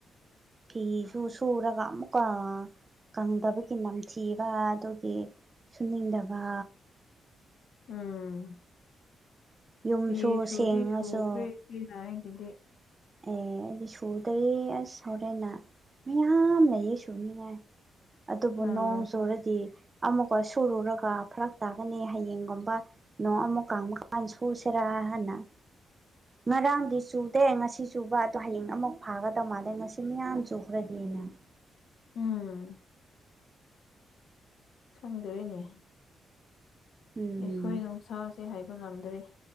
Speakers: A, on the right; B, on the left.
A: ꯐꯤꯁꯨ ꯁꯨꯔꯒ ꯑꯃꯨꯛꯀ ꯀꯪꯗꯕꯒꯤ ꯅꯝꯊꯤ ꯕ ꯑꯗꯨꯒꯤ ꯁꯨꯅꯤꯡꯗꯕ
B: ꯎꯝ
A: ꯌꯨꯝꯁꯨ
B: ꯐꯤ ꯁꯨꯗꯤ
A: ꯁꯦꯡꯉꯁꯨ
B: ꯁꯨꯈ꯭ꯔꯦ ꯏꯆꯦꯅ ꯑꯩꯒꯤꯗꯤ
A: ꯑꯦ ꯑꯩꯗꯤ ꯁꯨꯗ꯭ꯔꯤ ꯑꯁ ꯍꯧꯔꯦꯟꯅ ꯃꯌꯥꯝ ꯂꯩꯌꯦ ꯁꯨꯅꯤꯡꯉꯥꯏ ꯑꯗꯨꯕꯨ
B: ꯑꯥ
A: ꯅꯣꯡ ꯆꯨꯔꯗꯤ ꯑꯃꯨꯛꯀ ꯁꯨꯔꯨꯔꯒ ꯐꯔꯛ ꯇꯥꯒꯅꯤ ꯍꯌꯦꯡꯒꯨꯝꯕ ꯅꯣꯡ ꯑꯃꯨꯛ ꯀꯪꯕ ꯀꯥꯟ ꯁꯨꯁꯤꯔꯥ ꯍꯥꯏꯅ ꯉꯔꯥꯡꯗꯤ ꯆꯨꯗꯦ ꯉꯁꯤ ꯆꯨꯕ ꯑꯗꯨ ꯍꯌꯦꯡ ꯑꯃꯨꯛ ꯐꯥꯒꯗꯧ ꯃꯥꯜꯂꯦ ꯉꯁꯤ ꯃꯤꯌꯥꯝ ꯆꯨꯈ꯭ꯔꯦ ꯍꯦꯟꯅ
B: ꯎꯝ ꯈꯪꯗꯔꯦꯅꯦ
A: ꯎꯝ
B: ꯑꯩꯈꯣꯏ ꯅꯨꯡꯁꯥꯁꯦ ꯍꯥꯏꯕ ꯉꯝꯗꯔꯦ